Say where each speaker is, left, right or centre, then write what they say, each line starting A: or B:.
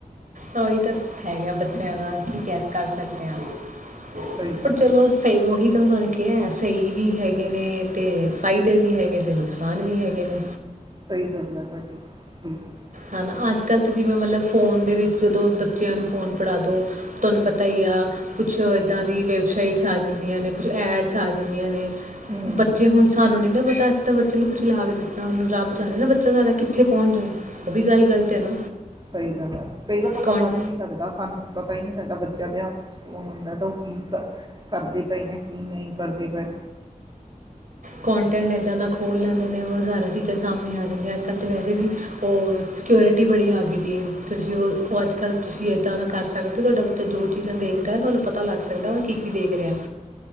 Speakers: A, on the right (about 60°); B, on the right (about 30°).
A: ਉਹੀ ਤਾਂ ਹੈਗਾ ਬੱਚਿਆਂ ਦਾ ਕੀ ਕਹਿ ਕਰ ਸਕਦੇ ਹਾਂ।
B: ਸਹੀ
A: ਪਰ
B: ਗੱਲ
A: ਚਲੋ
B: ਹੈ
A: ਸਹੀ ਓਹੀ ਤਾਂ ਮੈਂ ਤੁਹਾਨੂੰ ਕਿ ਇਹ ਸਹੀ ਵੀ ਹੈਗੇ ਨੇ ਤੇ ਫਾਇਦੇ ਵੀ ਹੈਗੇ ਨੇ ਤੇ ਨੁਕਸਾਨ ਵੀ ਹੈਗੇ ਨੇ।
B: ਸਹੀ ਗੱਲ ਐ ਤੁਹਾਡੀ। ਬਿਲਕੁਲ
A: ਹਨਾ ਅੱਜ ਕੱਲ੍ਹ ਤੇ ਜਿਵੇਂ ਮਤਲਬ ਫੋਨ ਦੇ ਵਿੱਚ ਜਦੋਂ ਬੱਚਿਆਂ ਨੂੰ ਫੋਨ ਪੜ੍ਹਾ ਦੋ ਤੁਹਾਨੂੰ ਪਤਾ ਹੀ ਆ ਕੁਛ ਇੱਦਾਂ ਦੀ ਵੈੱਬਸਾਈਟਸ ਆ ਜਾਂਦੀਆਂ ਨੇ, ਕੁਛ ਐਡਸ ਆ ਜਾਂਦੀਆਂ ਨੇ।
B: ਹੂੰ
A: ਬੱਚੇ ਹੁਣ ਸਾਨੂੰ ਨੀ ਨਾ ਪਤਾ ਅਸੀਂ ਤਾਂ ਬੱਚੇ ਨੂੰ ਕੁਛ ਲਿਆ ਕੇ ਦਿੱਤਾ, ਹੁਣ ਰੱਬ ਜਾਨੇ ਨਾ ਬੱਚੇ ਬੱਚਾ ਸਾਡਾ ਕਿੱਥੇ ਪਹੁੰਚ ਜਾਏ। ਉਹ ਵੀ ਗੱਲ ਗਲਤ ਹੈ ਨਾ।
B: ਸਹੀ ਗੱਲ ਐ ਤੇ ਕਈ ਵਾਰ ਤਾਂ
A: ਕੌਣ
B: ਪਤਾ ਵੀ ਨੀ ਲੱਗਦਾ ਸਾਨੂੰ ਪਤਾ ਹੀ ਨਹੀਂ ਲੱਗ ਬੱਚਿਆਂ ਦੇ ਹੱਥ ਵਿੱਚ ਫੋਨ ਹੁੰਦਾ ਤਾਂ ਉਹ ਕੀ ਕਰ ਕਰਦੇ ਪਏ ਐ ਕੀ ਨਹੀਂ ਕਰਦੇ ਪਏ।
A: ਕੌਨਟੈਂਟ ਇੱਦਾਂ ਦਾ ਖੋਹ ਲੈਂਦੇ ਨੇਂ <unintelligible> ਤੇ ਸਾਹਮਨੇਂ ਆ ਜਾਂਦਾ ਹੈ ਅੱਜਕਲ ਤੇ ਵੈਸੇ ਵੀ ਔਰ ਸਿਕਿਓਰਿਟੀ ਬੜੀ ਅੱਗੇ ਦੀ ਹੈ ਤੁਸੀ ਓ ਓਹ ਅੱਜਕਲ ਤੁਸੀ ਇੱਦਾਂ ਦਾ ਕਰ ਸਕਦੇ ਹੋ ਤੁਹਾਡਾ ਬੱਚਾ ਜੋ ਚੀਜਾਂ ਦੇਖਦਾ ਹੈ ਤੁਹਾਨੂੰ ਪਤਾ ਲੱਗ ਸਕਦਾ ਉਹ ਕੀ ਕੀ ਦੇਖ ਰਿਹਾ ਹੈ।